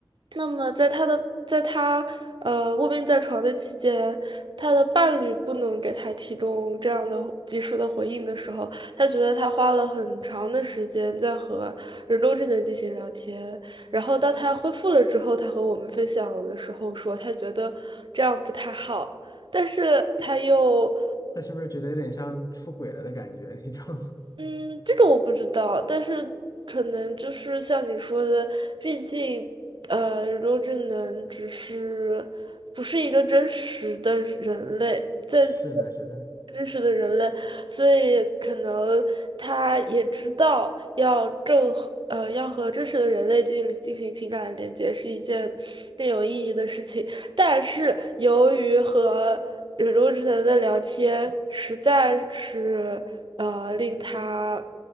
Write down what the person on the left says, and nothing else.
那是不是觉得有点像出轨了的感觉 <laughs> 那种？<laughs>
是的，是的。